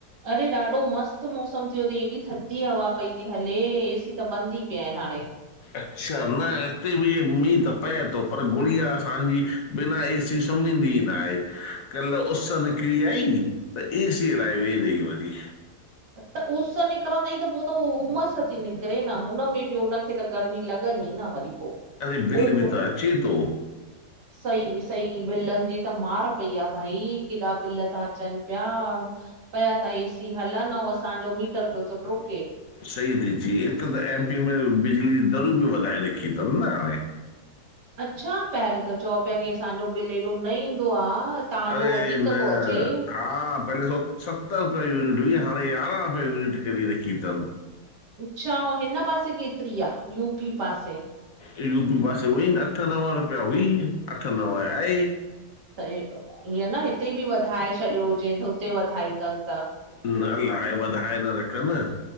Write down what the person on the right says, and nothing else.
अड़े ॾाढो मस्तु मौसमु थियो अथई। हेएॾी थधी हवा पई थी हले ए सी त बंदि ही पिया आहिनि हाणे।
त उस निकिरंदे ई त पोइ त उह उमसि थी निकिरे न उनमें बि उनखे त गर्मी लॻंदी न वरी पो।
उब
सही सही, बिलनि जी त मार पई आ भई केॾा बिल ता अचनि पिया। पया त ए सी हलनि, अऊं असांजो मीटर पयो थो डरूके।
अच्छा पहिरू त चौ पया कि असांजो बिल एॾो न ईंदो आं। तव्हांजो
वधीक
तो अचे।
अच्छा, ऐं हिन पासे केतिरी आ? यूपी पासे?
त ईअं न हिते बि वधाए छॾियो हुजेनि? हुते वधाई अथनि त?